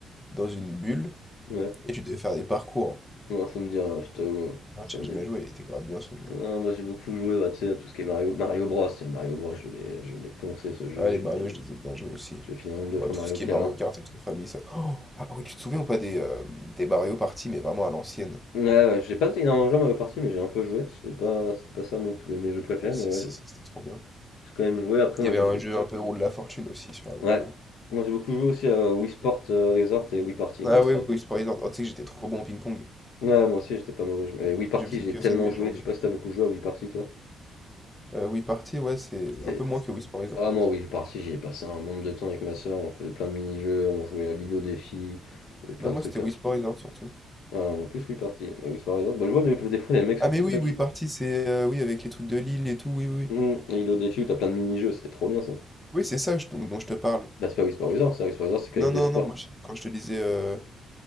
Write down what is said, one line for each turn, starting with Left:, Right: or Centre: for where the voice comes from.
Centre: dans une bulle
Left: Ouais,
Centre: et tu devais faire des parcours.
Left: moi ça me dit rien, je t'avoue,
Centre: Ah,
Left: ça
Centre: tu as
Left: me
Centre: jamais
Left: dit
Centre: joué, il était grave bien ce jeu.
Left: Non, moi j'ai beaucoup joué bah, tu sais, à tout ce qui est Mario, Mario Bros. Tiens, Mario Bros, je l'ai je l'ai poncé ce jeu,
Centre: Ah les
Left: je
Centre: Mario,
Left: l'ai fi-
Centre: je les ai bien joués aussi.
Left: je l'ai fini un nombre de
Centre: Bon,
Left: fois
Centre: tout
Left: Mario
Centre: ce qui
Left: Kart.
Centre: est Mario Kart et toute famille, ça. Oh ah oui, tu te souviens ou pas des, euh, des Mario Party, mais vraiment à l'ancienne.
Left: Ouais, ouais, j'ai pas énormément joué à Mario Party, mais j'ai un peu joué. C'était pas, c'était pas ça mon, plus- mes jeux préférés,
Centre: Ah si
Left: mais ouais,
Centre: si,
Left: j'ai
Centre: ça, c'était trop bien.
Left: j'ai quand même joué. Après,
Centre: Il
Left: moi
Centre: y avait
Left: j'ai
Centre: un
Left: beaucoup.
Centre: jeu un peu roue de la fortune aussi sur la
Left: Ouais,
Centre: la Wii.
Left: moi j'ai beaucoup joué aussi à Wii Sport euh, Resort et Wii Party,
Centre: Ah
Left: moi. c'est-
Centre: oui, oui, Wii Horizon. Oh, tu sais que j'étais trop bon au ping-pong.
Left: Ouais, moi aussi j'étais pas mauvais. je- Et Wii Party,
Centre: Je faisais
Left: j'ai
Centre: que
Left: tellement
Centre: ça de mes
Left: joué.
Centre: journées.
Left: Je sais pas si t'as beaucoup joué à Wii Party, toi.
Centre: Euh, Wii Party, ouais, c'est
Left: C'est.
Centre: un peu moins que Wii Resort.
Left: Ah, moi, oui, parti, j'y ai passé un nombre de temps avec ma soeur, on faisait plein de mini-jeux, on jouait à l'îlot défi, on faisait plein
Centre: Non, moi,
Left: de trucs
Centre: c'était Wii Resort surtout.
Left: Ah, en plus, Wii Party Mais Wii Whisper Resort, bah, je vois des, des fois des mecs sur
Centre: Ah, mais
Left: TikTok.
Centre: oui, Wii Party, c'est. euh, oui, avec les trucs de l'île et tout, oui, oui.
Left: Hmm,
Centre: Oui,
Left: et Île au défi où t'as plein de mini-jeux, c'était trop bien ça.
Centre: Oui, c'est ça je- dont, dont je te parle.
Left: Bah, c'est pas Wii Whisper Resort, ça, Whisper Resort, c'est qu'avec
Centre: Non,
Left: des
Centre: non,
Left: sports.
Centre: non, moi, je- quand je te disais. euh,